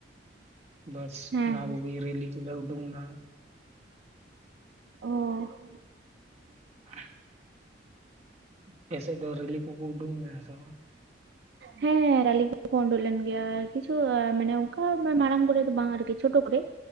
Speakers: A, on the right; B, on the right.
A: ᱵᱮᱥ
B: ᱦᱮᱸ
A: ᱚᱱᱟ
B: ᱦᱮᱸ
A: ᱠᱚᱜᱤ ᱨᱮᱞᱤ ᱠᱚᱞᱮ ᱩᱰᱩᱝ ᱱᱟ
B: ᱚᱻ
A: <unintelligible> ᱟᱯᱮ ᱥᱮᱫ ᱫᱚ ᱨᱮᱞᱤ ᱠᱚᱠᱚ ᱩᱰᱩᱝ ᱞᱮᱱᱟ ᱥᱮ ᱵᱟᱝ?
B: ᱦᱮᱸ ᱨᱟᱞᱤ ᱠᱚᱫᱚ ᱠᱚ ᱚᱰᱳᱠ ᱞᱮᱱ ᱠᱤᱪᱷᱩ ᱢᱟᱱᱮ ᱚᱱᱠᱟ ᱢᱟᱨᱟᱝ ᱠᱚᱨᱮ ᱫᱚ ᱵᱟᱝ ᱟᱨᱠᱤ ᱪᱷᱳᱴᱳ ᱠᱚᱨᱮ